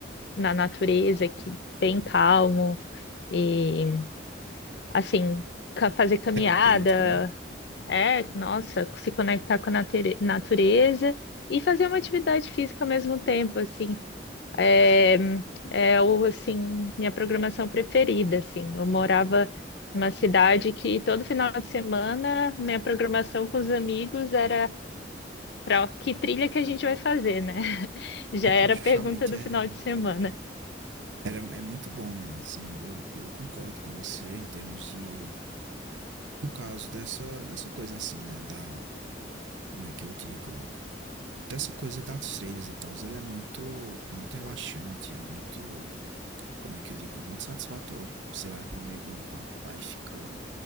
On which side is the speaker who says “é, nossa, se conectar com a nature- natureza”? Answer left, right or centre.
Left